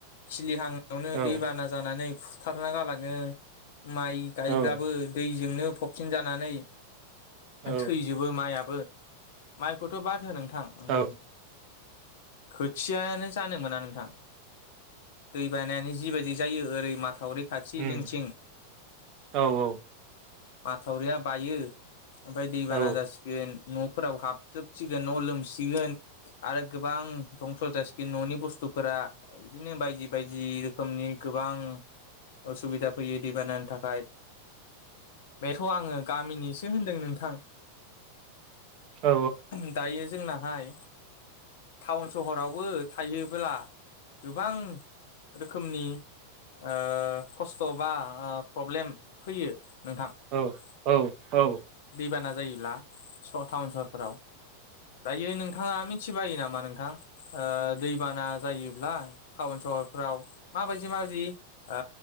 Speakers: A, on the left; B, on the right.
A: खिलिहांनायावनो
B: औ
A: दैबाना जानानै फुथारना गालाङो माइ गायब्लाबो
B: औ
A: दै जोंनो फबसिन जानानै
B: औ ओ
A: थैजोबो माइआ बो माइखौथ बाद हो नोंथां उम
B: अ
A: खोथियानो जानो मोना नोंथां। दै बानायानो जिबायदि जायो ओरै माथावरि खाथि
B: उम
A: जोंथिं।
B: औ औ
A: माथावरिया बायो, ओमफफ्राय दैबाना
B: औ
A: जासिगोन। न'फोराव हाबजोबसिगोन न' लोमसिगोन आरो गोबां धंस जासिगोन न'नि बुस्थु फोरा बिदिनो बायदि बायदि रोखोमनि गोबां असुबिदा फैयो। दै बानानि थाखाय। बेथ' आङो गामिनि होनदों नोंथां
B: औ
A: <inaudible> दायो जोंनाहाय टाउन सहरावबो थायोब्ला गोबां, रोखोमनि ओ खस्थ' बा ओ प्रब्लेम फैयो। नोंथां <inaudible>
B: औ औ औ
A: दैबाना जायो ब्ला स- टाउन सहरफोराव। दायो नोंथाङा मिथिबायो नामा नोंथां? ओ दैबाना जायोब्ला टाउन स हरफ्राव माबायदि माबायदि ओ